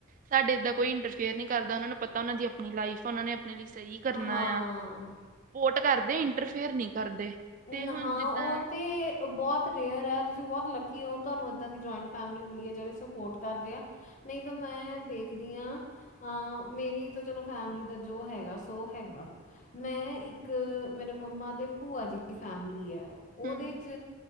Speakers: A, on the right (about 35°); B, on the left (about 35°).
A: ਸਾਡੇ ਏਦਾਂ ਕੋਈ ਇੰਟਰਫੇਅਰ ਨੀ ਕਰਦਾ ਓਨਾਂ ਨੂੰ ਪਤਾ ਓਨਾਂ ਦੀ ਅਪਨੀ ਲਾਈਫ ਆ ਓਨਾਂ ਨੇ ਅਪਨੇ ਲਈ ਸਈ ਕਰਨਾ
B: ਹਾਂ
A: ਆ, ਪੋਟ ਕਰਦੇ ਇੰਟਰਫੇਅਰ ਨਈ ਕਰਦੇ।
B: ਨਹਾਂ
A: ਤੇ ਹੁਣ ਜਿੱਦਾਂ
B: ਓ ਤੇ ਬੋਤ ਰੇਅਰ ਆ ਤੁਸੀ ਬੋਤ ਹਲਬ ਕਿ ਓ ਤੁਆਨੂੰ ਏਦਾਂ ਦੀ ਜੋਇੰਟ ਫੈਮਿਲੀ ਮਿਲੀ ਏ ਜੇੜੇ ਸਪੋਟ ਕਰਦੇ ਆ ਨਈ ਤਾਂ ਮੈਂ ਦੇਖਦੀ ਆ ਆ ਮੇਰੀ ਤਾਂ ਚਲੋ ਫੈਮਲੀ ਦਾ ਜੋ ਹੈਗਾ ਸੋ ਹੈਗਾ। ਮੈਂ ਇੱਕ ਮੇਰੇ ਮੰਮਾ ਦੇ ਭੂਆ ਜੀ ਦੀ ਫੈਮਲੀ ਐ ਓਦੇ
A: ਹਮ
B: 'ਚ